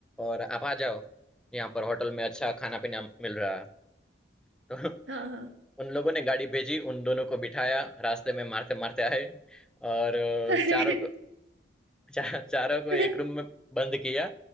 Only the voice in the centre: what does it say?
और आप आ जाओ यहाँ पर होटल में अच्छा खाना पीना मिल रहा है तो <laughs>
उन लोगों ने गाड़ी भेजी उन दोनों को बिठाया रास्ते में मारते मारते आए और अ,
चारों को <laughs> चा, चारों को
एक रूम में बंद किया